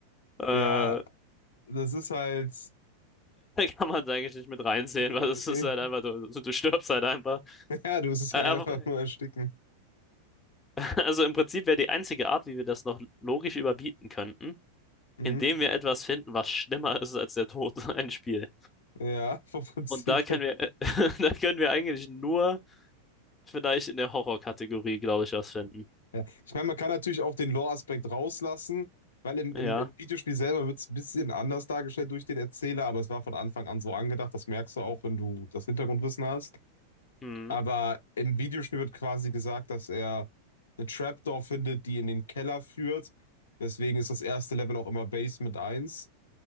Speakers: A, on the left; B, on the left.
A: <laughs> da
B: ja, das ist halt,
A: kann man es eigentlich nicht mit reinzählen,
B: äh,
A: weil es ist halt einfach, du, du stirbst halt einfach.
B: <laughs> ja, du wirst es
A: Äh,
B: halt
A: aber-
B: einfach nur ersticken.
A: also im Prinzip wäre die einzige Art, wie wir das noch logisch überbieten könnten,
B: Mhm.
A: indem wir etwas finden, was schlimmer ist als der Tod, <laughs> ein Spiel.
B: Ja, <laughs> vom Prinzip
A: Und da können
B: her.
A: wir, <laughs> da können wir eigentlich nur vielleicht in der Horror-Kategorie glaube ich, was finden.
B: Ja. Ich meine, man kann natürlich auch den Lore-Aspekt rauslassen, weil im, im,
A: Ja.
B: im Videospiel selber wird es ein bisschen anders dargestellt durch den Erzähler, aber es war von Anfang an so angedacht, das merkst du auch, wenn du das Hintergrundwissen hast.
A: Hm.
B: Aber im Videospiel wird quasi gesagt, dass er eine Trapdoor findet, die in den Keller führt. Deswegen ist das erste Level auch immer Basement eins.